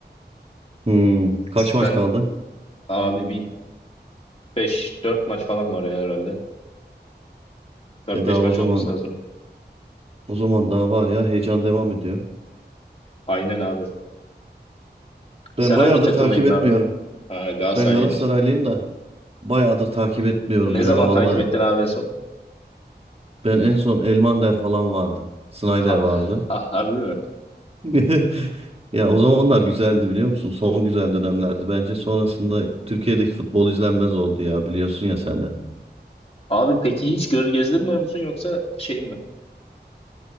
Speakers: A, on the right (about 35°); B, on the left (about 35°).
A: Hmm, kaç maç
B: Sen
A: kaldı?
B: abi bir beş dört maç falan var ya herhalde. Dört
A: E
B: beş
A: daha
B: maç
A: o zaman
B: olması lazım.
A: o zaman daha var ya heyecan devam ediyor.
B: Aynen abi. Sen
A: Ben bayağıdır
B: hangi takımdaydın
A: takip etmiyorum.
B: abi? Aa, Galatasaraylıydın
A: Ben Galatasaraylıyım
B: sen.
A: da bayağıdır takip etmiyorum
B: Ne
A: ya.
B: zaman
A: Valla
B: takip ettin abi en son?
A: ben en son Elmander falan vardı. Snyder
B: Ha,
A: vardı.
B: ha, harbi mi?
A: <laughs> Ya o zamanlar güzeldi biliyor musun? Son güzel dönemlerdi bence. Sonrasında Türkiye'deki futbol izlenmez oldu ya biliyorsun ya sen de.
B: Abi peki hiç göz gezdirmiyor musun yoksa şey mi?